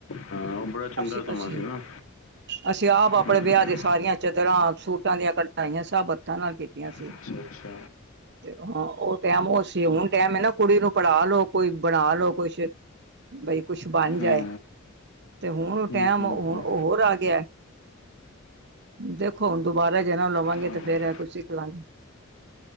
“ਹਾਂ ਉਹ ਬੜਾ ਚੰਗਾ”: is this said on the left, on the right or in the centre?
Left